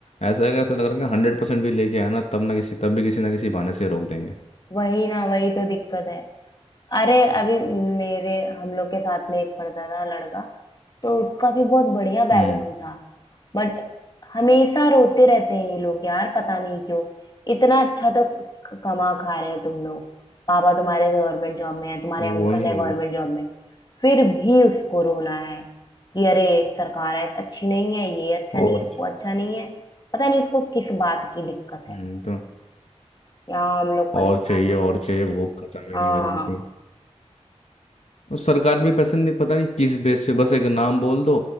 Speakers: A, on the left; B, on the left.
A: ऐसा है कि ऐसा लग रहा है कि हंड्रेड परसेंट भी लेके आया ना तब ना किसी तब भी किसी ना किसी बहाने से रोक देंगे
B: वही ना वही तो दिक्कत है अरे अभी मेरे हम लोग के साथ में एक पढ़ता था लड़का तो उसका भी बहुत बढ़िया बैकग्राउंड
A: हम्म
B: था बट हमेशा रोते रहते हैं ये लोग यार पता नहीं क्यों इतना अच्छा तो क- कमा खा रहे हो तुम लोग पापा तुम्हारे गवर्नमेंट जॉब में है तुम्हारे अंकल
A: वही
B: है गवर्नमेंट जॉब में फिर भी उसको रोना है कि अरे सरकार है अच्छी नहीं है ये अच्छा
A: और
B: नहीं है वो अच्छा नहीं है पता नहीं उसको किस बात की दिक्कत है
A: हम्म, तो
B: यहाँ हम लोग परेशान
A: और चाहिए
B: में
A: और
B: पड़े हैं।
A: चाहिए भूख खत्म ही
B: हाँ
A: नहीं हो रही इनकी और सरकार भी पसंद नहीं पता नहीं किस बेस पे बस एक नाम बोल दो